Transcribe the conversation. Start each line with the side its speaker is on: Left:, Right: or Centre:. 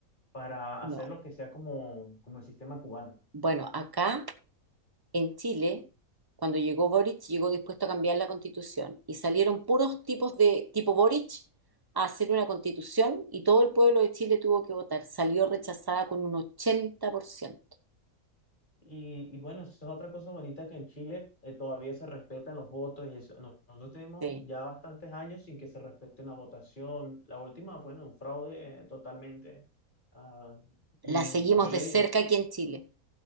Left: para
Right: No.
Left: hacer lo que sea como, como el sistema cubano.
Right: Bueno, acá en Chile, cuando llegó Boric, llegó dispuesto a cambiar la constitución y salieron puros tipos de tipo Boric a hacer una constitución y todo el pueblo de Chile tuvo que votar. Salió rechazada con un 80%.
Left: Y, y bueno, eso es otra cosa bonita que en Chile eh, todavía se respetan los votos y eso. No- Nosotros tenemos
Right: Sí.
Left: ya bastantes años sin que se respete una votación. La última fue en un fraude eh, totalmente. Ah, y
Right: La
Left: mm,
Right: seguimos
Left: yo
Right: de
Left: le
Right: cerca
Left: digo,
Right: aquí en Chile.